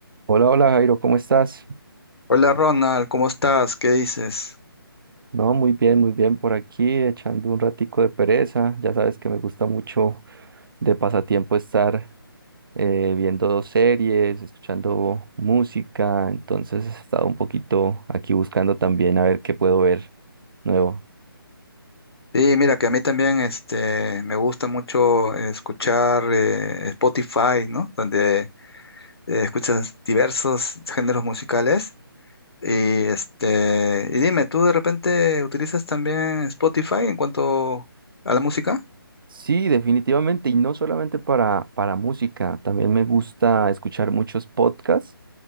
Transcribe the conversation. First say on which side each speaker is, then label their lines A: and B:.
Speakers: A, on the right; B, on the left.
A: Hola, hola Jairo, ¿cómo estás?
B: Hola Ronald, ¿cómo estás? ¿Qué dices?
A: No, muy bien, muy bien por aquí, echando un ratico de pereza. Ya sabes que me gusta mucho de pasatiempo estar eh, viendo dos series, escuchando música, entonces he estado un poquito aquí buscando también a ver qué puedo ver nuevo.
B: Sí, mira que a mí también este, me gusta mucho escuchar eh, Spotify, ¿no? Donde eh, escuchas diversos géneros musicales. Y, este, y dime, ¿tú de repente utilizas también Spotify en cuanto a la música?
A: Sí, definitivamente, y no solamente para, para música, también me gusta escuchar muchos podcasts.